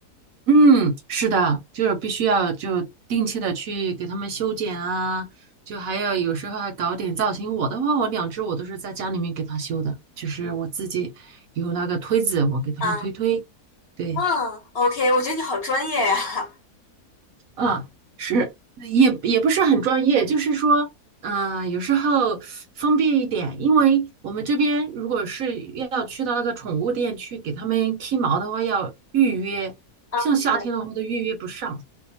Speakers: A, on the right (about 70°); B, on the left (about 45°).
A: 嗯，是的，就是必须要就定期的去给它们修剪啊，就还有有时候还搞点造型。我的话，我两只我都是在家里面给它修的，就是我自己有那个推子，
B: 嗯
A: 我给它们推推。
B: 啊
A: 对。
B: 嗯，OK，我觉得你好专业呀。
A: 啊，是，也也不是很专业，就是说，嗯、有时候封闭一点，因为我们这边如果是要去到那个宠物店去给它们剃毛的话，要预约，
B: 啊，
A: 像夏天的话都预约不上。
B: 对，